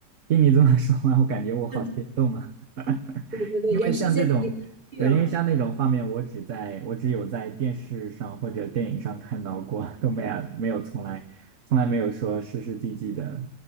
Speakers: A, on the right; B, on the right.
A: 听你这么说完，我感觉我好心动啊！
B: <laughs>
A: <laughs>
B: 对对对，
A: 因为像这种，
B: 有时间一定去哦。
A: 对，因为像那种画面，我只在我只有在电视上或者电影上看到过，<laughs> 都没有没有从来从来没有说实实际际的，